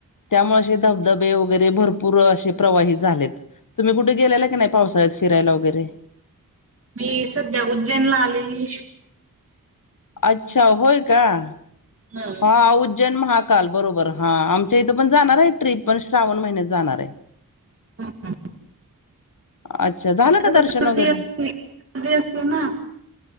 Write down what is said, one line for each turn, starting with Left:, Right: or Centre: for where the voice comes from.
Left: त्यामुळें असे धबधबे वगैरे, भरपूर असे प्रवाहित झालेत. तुम्ही कुठे गेलेला की नाही, पावसाळ्यात फिरायला वगैरे.
Right: मी संध्या उज्जैनला आलेली.
Left: अच्छा होय कां.
Right: हा.
Left: हा उज्जैन महाकाल बरोबर हा. आमच्या इथं पण जाणार आहे ट्रीप पण, श्रावण महिन्यात जाणार हाय.
Right: <inaudible>
Left: <inaudible> अच्छा झालं का
Right: कसं
Left: दर्शन
Right: गर्दी
Left: वगैरे?
Right: असते गर्दी असते ना